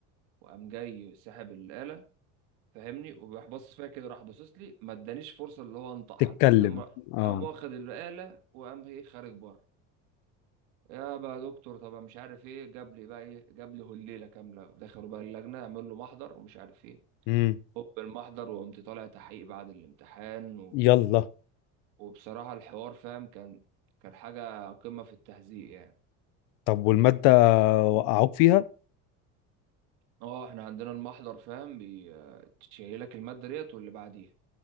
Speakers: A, on the right (about 75°); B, on the left (about 75°).
A: وقام جاي ساحب الاله فاهمني وراح باصص فيها كده راح باصص لي ما ادانيش فرصه اللي هو انطق
B: تتكلم
A: حتى فاهم
B: اه
A: قام واخد الاله وقام ايه خارج بره يا بقى دكتور طب مش عارف ايه جاب لي بقى ايه جاب لي هليله كامله دخلوا بقى اللجنه عمل له محضر ومش عارف ايه
B: امم
A: هوب المحضر وقمت طالع تحقيق بعد الامتحان و...
B: يلا
A: وبصراحه الحوار فاهم كان كان حاجه قمه في التهزيق يعني
B: طب والمادة وقعوك فيها؟
A: اه احنا عندنا المحضر فاهم بيشيلك الماده ديت واللي بعديها